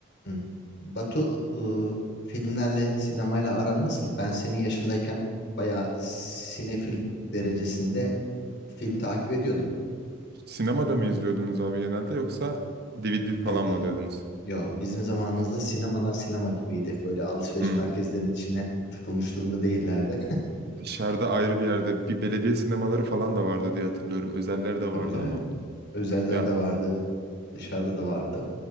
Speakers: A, on the left (about 55°); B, on the right (about 50°).
A: Hı. Batu, ıı, filmlerle, sinemayla aran nasıl? Ben senin yaşındayken bayağı sinefil derecesinde film takip ediyordum.
B: Sinemada mı izliyordunuz abi genelde yoksa DVD falan
A: Evet.
B: mı alıyordunuz?
A: Yo, bizim zamanımızda sinemalar sinema gibiydi. Böyle alışveriş
B: Hmm.
A: merkezlerinin içine tıkılmış durumda değillerdi.
B: Dışarıda ayrı bir yerde bir belediye sinemaları falan da vardı diye hatırlıyorum. Özeller
A: <laughs>
B: de
A: Tabii
B: vardı
A: tabii.
B: ama
A: Özeller
B: ya
A: de vardı. Dışarıda da vardı.